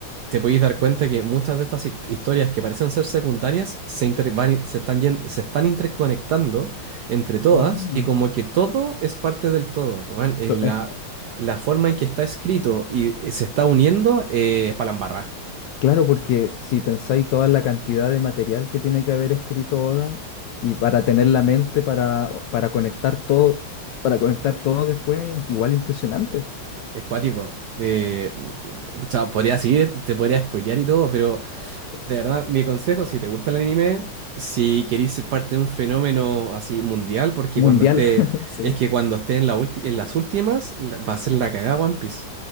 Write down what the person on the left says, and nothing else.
Mm.
To-
es
claro, porque si pensáis toda la cantidad de material que tiene que haber escrito Oda y para tener la mente para, para conectar todo, para conectar todo después, igual impresionante.
pues,
Mundial,
<laughs> sí,